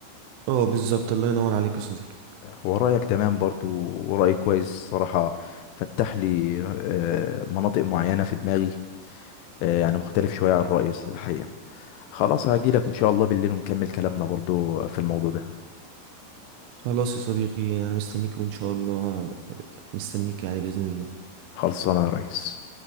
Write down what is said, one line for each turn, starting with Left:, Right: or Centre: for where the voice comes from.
Right: اه بالظبط الله ينور عليك يا صديقي
Left: هو رايك تمام برضو ورأي كويس صراحه فتح لي آه، مناطق معينه في دماغي آه، يعني مختلف شويه عن الرأي الحقيقه خلاص هاجي لك ان شاء الله بالليل ونكمل كلامنا برضو في الموضوع ده
Right: خلاص يا صديقي أنا مستنيك وإن شاء الله مستنيك يعني بإذن الله
Left: خلصانه يا ريس